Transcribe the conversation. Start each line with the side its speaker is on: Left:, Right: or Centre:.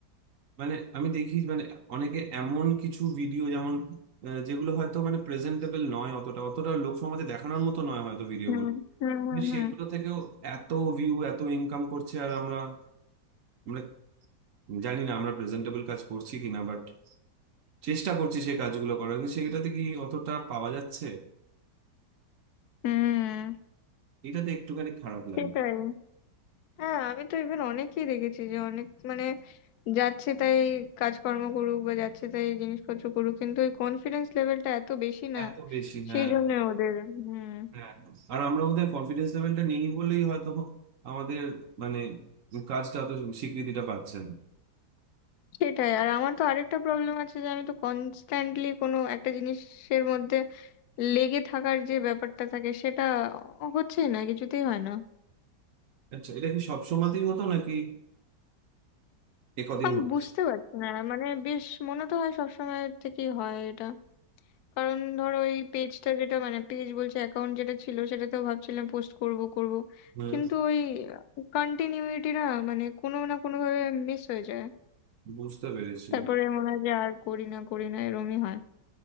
Right: মানে আমি দেখি মানে অনেকে এমন কিছু ভিডিও যেমন আহ, যেগুলো হয়তো মানে প্রেজেন্টেবল নয় অতটা অতটা লোক সমাজে দেখানোর মতো নয় হয়তো ভিডিওগুলো
Left: হুম হুম
Right: কিন্তু
Left: হুম হুম
Right: সেগুলো থেকেও এত ভিউ এত ইনকাম করছে আর আমরা আমরা জানি না আমরা প্রেজেন্টেবল কাজ করছি কিনা বাট চেষ্টা করছি সেই কাজগুলো করার কিন্তু সেটাতে কি অতটা পাওয়া যাচ্ছে
Left: হুম
Right: এটাতে একটুখানি খারাপ লাগে
Left: সেটাই হ্যাঁ আমি তো ইভেন অনেকেই দেখেছি যে অনেক মানে যাচ্ছে তাই কাজকর্ম করুক বা যাচ্ছে তাই জিনিসপত্র করুক কিন্তু ওই কনফিডেন্স লেভেলটা এত বেশি না
Right: এত বেশি হ্যাঁ
Left: সেই জন্য ওদের হুম
Right: হ্যাঁ আর আমরা ওদের কনফিডেন্স লেভেলটা নেই বলেই হয়তো আমাদের মানে কাজটা অত স্বীকৃতিটা পাচ্ছেন
Left: সেটাই আর আমার তো আরেকটা প্রবলেম আছে যে আমি তো কনস্ট্যান্টলি কোনো একটা জিনিসের মধ্যে লেগে থাকার যে ব্যাপারটা থাকে সেটা হচ্ছেই না কিছুতেই হয় না
Right: আচ্ছা এটা কি সব সময়তেই হতো নাকি একদিন
Left: আমি
Right: হতো
Left: বুঝতে পারছি না মানে বেশ মনে তো হয় সবসময় থেকেই হয় এটা কারণ ধরো এই পেজটা যেটা মানে পেজ বলছে অ্যাকাউন্ট যেটা ছিল সেটা তো ভাবছিলাম পোস্ট করব করব
Right: হম
Left: কিন্তু ওই কন্টিনিউইটি না মানে কোনো না কোনো ভাবে মিস হয়ে যায়
Right: বুঝতে পেরেছি
Left: তারপরে মনে হয় যে আর করি না করি না এরমই হয়